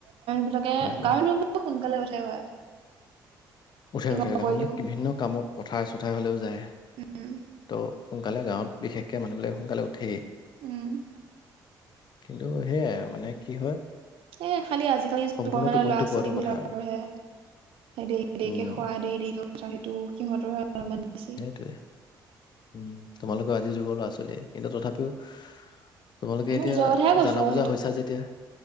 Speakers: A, on the right (about 65°); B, on the left (about 45°).
A: বিলাকে
B: কৰে কৰে।
A: গাঁৱৰ মানুহবিলাকে সোনকালে উঠে হয়।
B: উঠে উঠে
A: নগলেও
B: গাঁওবিলাক বিভিন্ন কামত পথাৰে চথাৰে হলেও যায়।
A: উম
B: ত' সোনকালে গাঁৱত বিশেষকে মানুহবিলাকে সোনকালে উঠেই।
A: উমঁ!
B: কিন্তু সেয়াই আও মানে কি হয়।
A: এ খালি আজিকালিৰ
B: সম্পূৰ্ণ
A: যুগৰ মানে
B: টোপনিটো
A: ল'ৰা
B: পোৱাটো
A: ছোৱালী
B: কথা
A: বিলাকৰ
B: আৰু।
A: হে,,, দেৰি দেৰিকে
B: উম,
A: খোৱা দেৰি দেৰিকে সেইটো সিহঁতৰ অলপমান বেছি।
B: সেইটোৱে। উমঁ তোমালোকেও আজি যুগৰ ল'ৰা ছোৱালীয়ে কিন্তু তথাপিওঁ,,, তোমালোকে
A: মই
B: এতিয়া
A: নিজৰ কথাই কৈছো
B: জানা
A: আৰু
B: বুজা
A: সেইটো
B: হৈছা যেতিয়া।